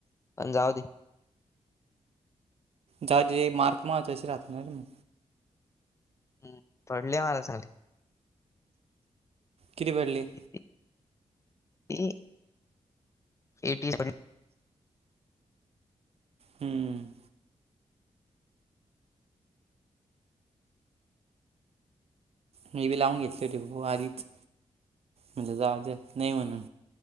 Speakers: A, on the left; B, on the right.
A: पण जाऊ दे
B: जावू दे मार्क महत्त्वाचे राहतात नाही मग
A: हम्म पडले मला चांगले
B: कीती पडले?
A: <inaudible> एटी सेवन
B: हम्म मी बी लावून घेतली हो टेपो आधीच म्हणजे जाऊ ते नाही म्हणून